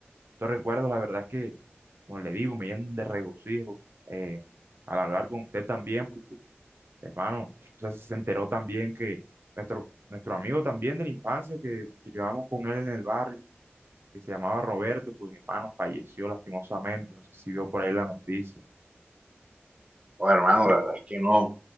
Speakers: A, on the right (about 65°); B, on the right (about 30°).
A: Estos recuerdos, la verdad es que, como le digo, me llenan de regocijo eh, al hablar con usted también, porque, hermano, o sea, se enteró también que nuestro, nuestro amigo también de la infancia, que nos llevamos con él en el barrio, que se llamaba Roberto, pues, hermano, falleció lastimosamente, no sé si vio por ahí la noticia.
B: Oh, hermano, la verdad es que no.